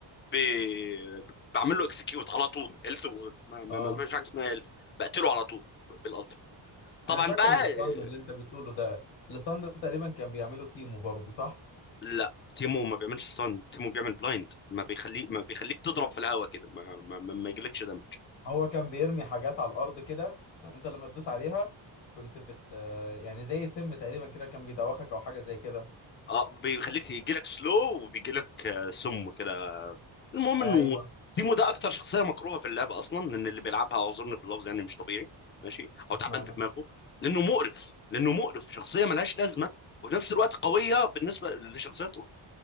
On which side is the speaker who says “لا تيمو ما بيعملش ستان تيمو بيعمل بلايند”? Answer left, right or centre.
Left